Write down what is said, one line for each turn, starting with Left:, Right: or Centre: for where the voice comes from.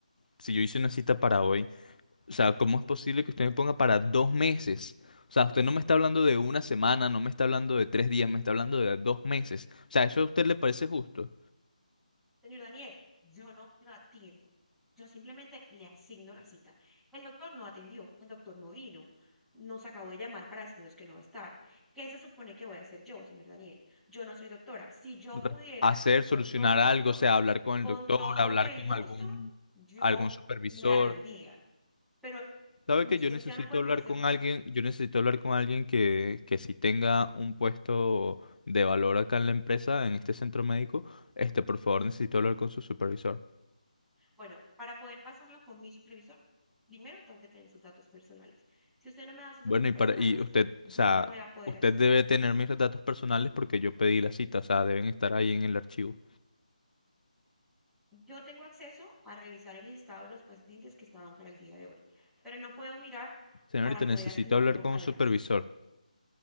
Left: si yo hice una cita para hoy, o sea, ¿cómo es posible que usted me ponga para dos meses? O sea, usted no me está hablando de una semana, no me está hablando de tres días, me está hablando de dos meses. O sea, ¿eso a usted le parece justo?
Centre: Señor Daniel, yo no lo atiendo. Yo simplemente le asigno la cita. El doctor no atendió, el doctor no vino. Nos acabó de llamar para decirnos que no va a estar. ¿Qué se supone que voy a hacer yo, señor Daniel? Yo no soy doctora. Si yo
Left: Re-
Centre: pudiera,
Left: Hacer, solucionar
Centre: con todo el gusto,
Left: algo, o sea, hablar con
Centre: con
Left: el doctor,
Centre: todo
Left: hablar
Centre: el
Left: con
Centre: gusto,
Left: algún,
Centre: yo
Left: algún supervisor.
Centre: le atendía. Pero
Left: ¿Sabe
Centre: nosotros
Left: que yo necesito
Centre: ya no podemos
Left: hablar
Centre: hacer
Left: con
Centre: nada.
Left: alguien? Yo necesito hablar con alguien que, que sí tenga un puesto de valor acá en la empresa, en este centro médico. Este, por favor, necesito hablar con su supervisor.
Centre: Bueno, para poder pasarlo con mi supervisor, primero tengo que tener sus datos personales. Si usted no me da sus
Left: Bueno,
Centre: datos
Left: y
Centre: personales,
Left: para, y usted,
Centre: yo
Left: o sea,
Centre: no voy a poder
Left: usted
Centre: acceder.
Left: debe tener mis datos personales porque yo pedí la cita, o sea, deben estar ahí en el archivo.
Centre: Yo tengo acceso a revisar el listado de los pacientes que estaban para el día de hoy, pero no puedo mirar
Left: Señorita,
Centre: para poder
Left: necesito
Centre: asignarlo
Left: hablar con
Centre: además.
Left: un supervisor.